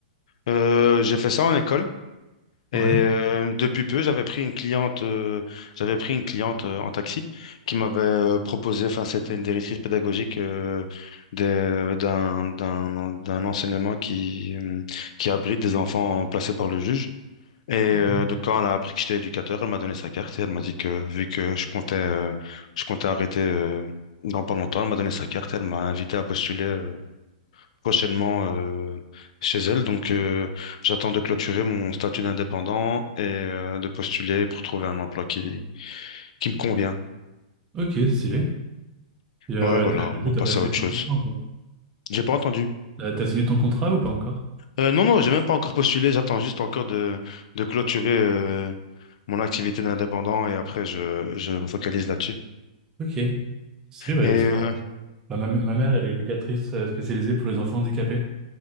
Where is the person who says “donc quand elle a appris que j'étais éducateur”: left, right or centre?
Left